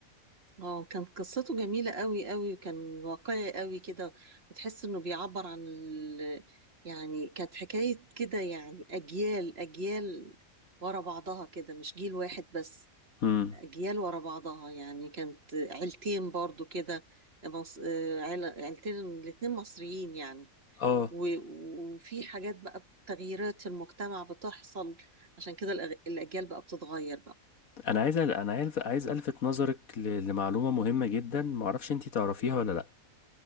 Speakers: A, on the right; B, on the left.
A: اه كانت قصته جميلة قوي قوي وكان واقعي قوي كده بتحس انه بيعبر عن ال... يعني كانت حكاية كده يعني اجيال اجيال ورا بعضها كده مش جيل واحد بس
B: امم
A: أجيال ورا بعضها يعني كانت عيلتين برضو كده مص... آه، عيل- عيلتين الاتنين مصريين يعني
B: اه
A: و... وفي حاجات بقى تغييرات في المجتمع بتحصل عشان كده الأغ- الأجيال بقى بتتغير بقى
B: انا عايز انا عايز عايز الفت نظرك ل- لمعلومه مهمه جدا معرفش انتي تعرفيها ولا لا